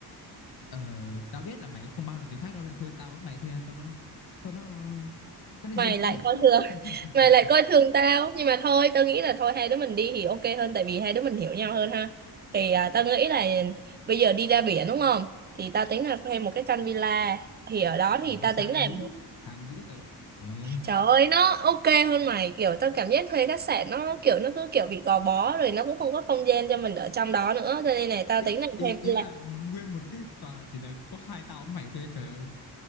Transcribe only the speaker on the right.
Mày lại
coi thường,
<laughs> mày lại coi thường tao. Nhưng mà thôi, tao nghĩ là thôi hai đứa mình đi thì ok hơn tại vì hai đứa mình hiểu nhau hơn ha. Thì à, tao nghĩ là bây giờ đi ra biển đúng không? Thì tao tính là thuê một cái căn villa. Thì ở đó
thì tao
tính là
Trời ơi nó ok hơn mày kiểu tao cảm giác thuê khách sạn nó kiểu nó cứ kiểu bị gò bó rồi nó cũng không có không gian cho mình ở trong đó nữa cho nên là tao
tính là
thuê
villa